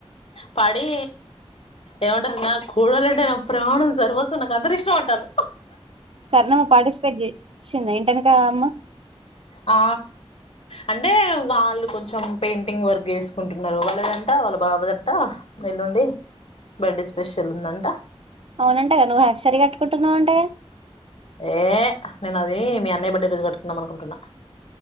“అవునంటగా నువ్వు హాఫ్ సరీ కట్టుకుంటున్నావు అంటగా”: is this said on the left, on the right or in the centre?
Right